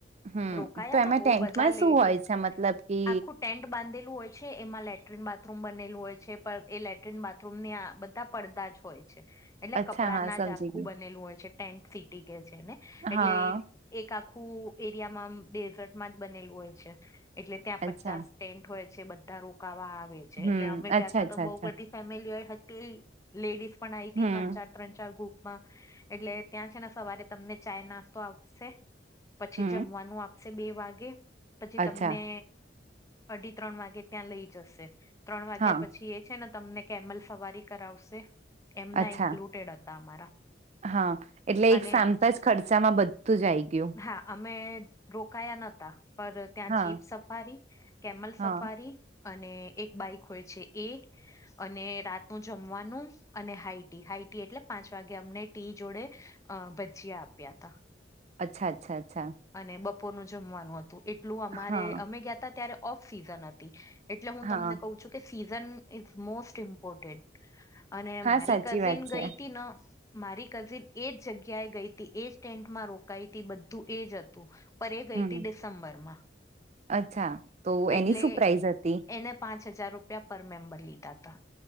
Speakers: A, on the right; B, on the left.
A: હમ
B: રોકાયા
A: તો એમાં
B: તા બોવ
A: ટેન્ટમાં
B: બધા લેડીઝ
A: શું હોય છે મતલબ કે
B: આખું ટેન્ટ બાંધેલું હોય છે એમાં લેટરીન બાથરૂમ બનેલું હૉય છે પર એ લેટરીન બાથરૂમ માં બધે પડદા જ હોય. એટલે
A: અચ્છા
B: કપડાંનાજ
A: હા સમજી
B: આખું
A: ગયું
B: બનેલું હોય છે ટેન્ટ સીટી કે છે એને એટલે.
A: હા
B: એક આખું એરિયા માં આમ ડેઝર્ટ માંજ બનેલું હોય છે એટલે ત્યાં
A: અચ્છા
B: પચાસ ટેન્ટ હોય છે ત્યાં બધા રોકાવા આવે છે
A: હમ
B: એટલે અમે ગયા
A: અચ્છા
B: તા
A: અચ્છા
B: તો બોવ
A: અચ્છા
B: બધી ફેમિલી હતી લેડીઝ પણ આવીતી
A: હમ
B: ત્રણ ચાર ત્રણ ચાર ગ્રુપ માં એટલે ત્યાં છે ને તમને ચા નાસ્તો આપશે. પછી
A: હમ
B: જમવાનું આપશે બે વાગે પછી
A: અચ્છા
B: તમને અઢી ત્રણ વાગે ત્યાં લઈ જસે ત્રણ વાગ્યા
A: હા
B: પછી એક છે ને તમને કેમલ સવારી કરાવશે એમના
A: અચ્છા
B: એક રિલેટેડ હતા અમારા.
A: હા એટલે
B: અને
A: એક સામટાજ ખર્ચા મા બધુજ આઈ ગયું
B: હા અમે રોકાયા નહોતા પર ત્યાંથી
A: હા
B: એક સફારી કેમલ સફારી
A: હા
B: અને એક બાઈક હોય છે એ અને રાતનું જમવાનું અને હાઈ ટી, હાઈ ટી એટલે પાંચ વાગે અમને ટી જોડે અહ ભજીયા આપ્યા તા.
A: અચ્છા અચ્છા અચ્છા.
B: અને બપોરનું જમવાનું હતું એટલું અમારે,
A: હા
B: અમારે ગયા હતા ત્યારે ઓફ સિઝન હતી. એટલે હું
A: હા
B: તમને કહું છું કે સિઝન ઇઝ મોસ્ટ ઇમ્પોર્ટન્ટ અને
A: હા
B: મારી
A: સાચી
B: કઝિન
A: વાત છે
B: ગઈ તી ન મારી કઝિન એજ જગ્યાએ ગઈ હતી, એજ ટેન્ટમાં રોકાઈ હતી, બધું એજ હતું. પર એ ગઈ
A: હમ
B: હતી ડિસેમ્બરમાં.
A: અચ્છા. તો
B: એટલે
A: એની શું પ્રાઇઝ હતી
B: એને પાંચ હજાર રૂપિયા પર મેમ્બર લીધા તા.